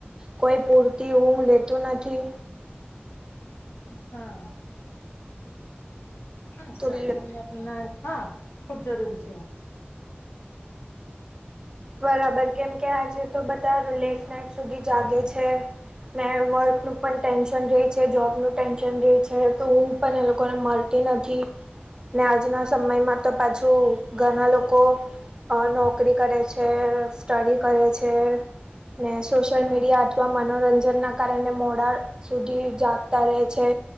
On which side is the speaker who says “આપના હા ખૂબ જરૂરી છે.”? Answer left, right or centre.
Left